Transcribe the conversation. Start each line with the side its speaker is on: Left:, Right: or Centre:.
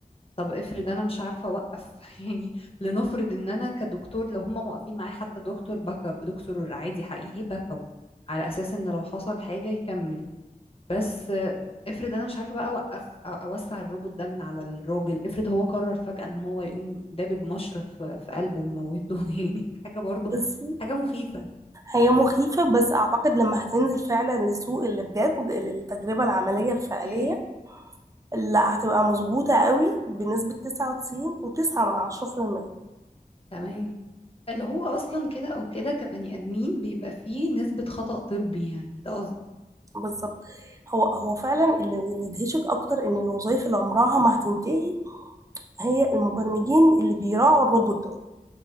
Left: طب افرض انا مش عارفة اوقف <laughs> يعني لنفرض ان انا كدكتور لو هما موقفين معايا حتى دكتور باك اب دكتور عادي حقيقي باك اب على اساس ان لو حصل حاجة يكمل بس افرض انا مش عارفه بقى اوقف أو اوسع الروبوت ده من على الراجل افرض هو قرر فجأة ان هو يقوم دابب مشرط في, في قلبه وموته <laughs> يعني حاجه برضه م...
Right: بس
Left: حاجه مخيفه
Right: هي مخيفة بس أعتقد لما هتنزل فعلا للسوق اللي بجد التجربة العملية
Left: اوكي
Right: الفعلية لا هتبقى مظبوطة قوي بنسبة 99.9 من 10%
Left: تمام اللي هو اصلا كده او كده كبني ادمين بيبقى فيه نسبه خطأ طبي يعني ده
Right: بالظبط هو هو فعلا اللي اللي يدهشك اكتر ان الوظائف اللي عمرها ما هتنتهي هي المبرمجين اللي بيراعوا الروبوت دول